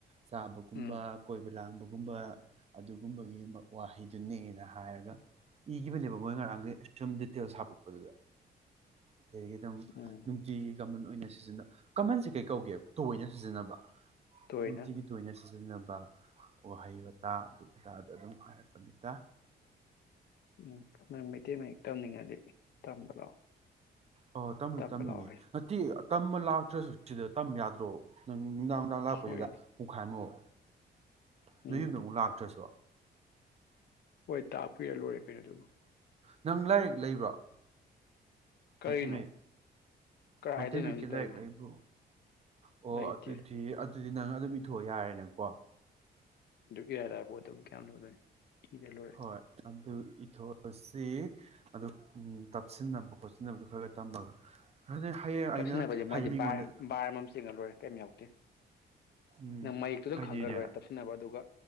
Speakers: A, on the right (about 35°); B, on the left (about 70°).
A: ꯆꯥꯕꯒꯨꯝꯕ,
B: ꯎꯝ
A: ꯀꯣꯏꯕ ꯂꯥꯡꯕꯒꯨꯝ ꯒꯨꯝꯕ ꯑꯗꯨꯒꯨꯝꯕꯒꯤ ꯋꯥꯍꯩꯗꯨꯅꯦꯅ ꯍꯥꯏꯔꯒ ꯏꯈꯤꯕꯅꯦꯕ ꯃꯣꯏ ꯉꯔꯥꯡꯒꯤ ꯁꯨꯝ ꯗꯤꯇꯦꯜꯁ ꯍꯥꯞꯄꯛꯄꯗꯨꯗ꯫ ꯑꯗꯒꯤ ꯑꯗꯨꯝ
B: ꯎꯝ
A: ꯅꯨꯡꯇꯤꯒꯤ ꯀꯃꯟ ꯑꯣꯏꯅ ꯁꯤꯖꯤꯟꯅ ꯀꯃꯟꯁꯦ ꯀꯩ ꯀꯧꯒꯦꯕ? ꯇꯣꯏꯅ ꯁꯤꯖꯤꯟꯅꯕ꯫
B: ꯇꯣꯏꯅ
A: ꯅꯨꯡꯇꯤꯒꯤ ꯇꯣꯏꯅ ꯁꯤꯖꯤꯟꯅꯕ ꯋꯥꯍꯩ ꯇꯥ ꯑꯗꯨ ꯑꯇꯥꯗ ꯑꯗꯨꯝ ꯍꯥꯏꯔꯛꯄꯅꯤꯗ꯫
B: ꯎꯝ ꯅꯪ ꯃꯩꯇꯩ ꯃꯌꯦꯛ ꯇꯝꯅꯤꯡꯉꯗꯤ ꯇꯝꯕ ꯂꯥꯛꯑꯣ꯫
A: ꯑꯣ ꯇꯝꯕꯨꯗꯤ
B: ꯇꯝꯕ
A: ꯇꯝꯅꯤꯡꯉꯦ
B: ꯂꯥꯛꯑꯣ ꯀꯩꯅꯣ
A: ꯅꯠꯇꯦ ꯇꯝꯕ ꯂꯥꯛꯇ꯭ꯔꯁꯨ ꯁꯤꯗ ꯇꯝ ꯌꯥ ꯅꯨꯡꯗꯥꯡ- ꯅꯨꯡꯗꯥꯡ ꯂꯥꯛꯄꯁꯤꯗ
B: ꯍꯣꯏ
A: ꯄꯨꯡꯈꯥꯏꯃꯨꯛ
B: ꯎꯝ
A: ꯅꯣꯏ ꯌꯨꯝꯗ ꯑꯃꯨꯛ ꯂꯥꯛꯇ꯭ꯔꯁꯨ꯫
B: ꯍꯣꯏ ꯇꯥꯛꯄꯤꯔ ꯂꯣꯏꯔꯦ ꯀꯩꯅꯣ ꯑꯗꯨꯕꯨ꯫
A: ꯅꯪ ꯂꯥꯏꯔꯤꯛ ꯂꯩꯕ꯭ꯔꯣ? ꯃꯩꯇꯩ
B: ꯀꯔꯤꯅꯣ
A: ꯃꯌꯦꯛ
B: ꯀꯥꯏꯔꯥꯏꯗꯩꯅꯣ
A: ꯃꯩꯇꯩ ꯃꯌꯦꯛꯀꯤ
B: ꯍꯧꯖꯤꯛꯇ
A: ꯂꯥꯏꯔꯤꯛ
B: ꯑꯩꯕꯨ꯫
A: ꯂꯩꯕ꯭ꯔꯣ ꯑꯣ
B: ꯂꯩꯇꯦ
A: ꯑꯗꯨꯗꯤ ꯑꯗꯨ ꯑꯗꯨꯗꯤ ꯅꯪ ꯑꯗꯨꯝ ꯏꯊꯣꯛ ꯌꯥꯔꯦ ꯅꯦꯀꯣ꯫
B: ꯑꯗꯨ ꯑꯦꯔꯥꯏ ꯂꯥꯏꯕ ꯄꯣꯠꯇꯨꯕꯨ ꯀꯌꯥꯝ ꯂꯨꯗꯣꯏꯅꯣ꯫ ꯏꯔ ꯂꯣꯏꯔꯦ
A: ꯍꯣꯏ ꯑꯗꯨ ꯏꯊꯣꯛꯑꯁꯤ꯫ ꯑꯗꯨ ꯇꯞꯁꯤꯟꯅꯕ ꯈꯣꯁꯤꯟꯅꯕꯗꯨ ꯈꯔ-ꯈꯔ ꯇꯝꯃꯒ ꯑꯗꯨꯗꯩ ꯍꯌꯦꯡ
B: ꯇꯞꯁꯤꯟꯅꯕꯁꯦ
A: ꯑꯩꯅ
B: ꯃꯣꯏꯗꯤ
A: ꯍꯥꯏꯗꯤ ꯃꯤꯉꯣꯟꯗ
B: ꯕꯥꯔ ꯕꯥꯔ ꯑꯃꯝ ꯆꯤꯡꯉ ꯂꯣꯏꯔꯦ ꯀꯤꯝ ꯌꯥꯎꯗꯦ
A: ꯎꯝ
B: ꯅꯪ ꯃꯌꯦꯛꯇꯨꯗꯪ
A: ꯍꯥꯏꯗꯤꯅꯦ
B: ꯈꯪꯒꯔꯂꯣꯏꯔꯦ ꯇꯞꯁꯤꯟꯅꯕ ꯑꯗꯨꯒ